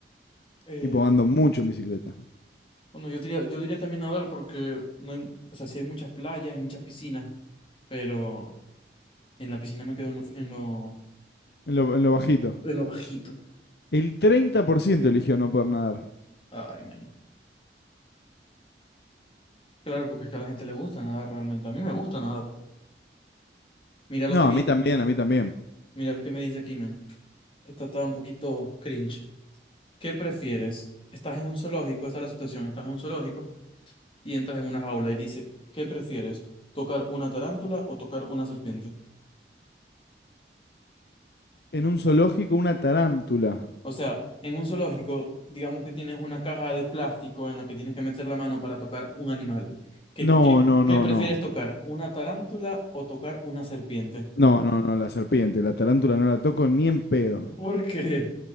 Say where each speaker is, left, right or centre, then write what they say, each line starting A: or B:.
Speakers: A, on the left; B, on the left.
A: Eh,
B: Tipo, ando mucho en bicicleta.
A: bueno, yo diría, yo diría también nadar porque no hay, o sea, sí hay muchas playas, hay muchas piscinas, pero en la piscina me quedo en lo, en lo,
B: En lo, en lo bajito.
A: en lo bajito.
B: El 30% eligió no poder nadar.
A: Ay, man. Claro, porque es que a la gente le gusta nadar realmente. A mí me gusta nadar. Mira lo
B: No,
A: que me,
B: a mí también, a mí también.
A: mira lo que me dice aquí, men. Esta está un poquito cringe. ¿Qué prefieres? Estás en un zoológico, esta es la situación, estás en un zoológico y entras en una jaula y dice, ¿qué prefieres? ¿Tocar una tarántula o tocar una serpiente?
B: En un zoológico, una tarántula.
A: O sea, en un zoológico, digamos que tienes una caja de plástico en la que tienes que meter la mano para tocar un animal. ¿Qué,
B: No,
A: ti- qué,
B: no,
A: qué
B: no,
A: prefieres
B: no.
A: tocar? ¿Una tarántula o tocar una serpiente?
B: No, no, no, la serpiente, la tarántula no la toco ni en pedo.
A: <laughs> ¿Por qué?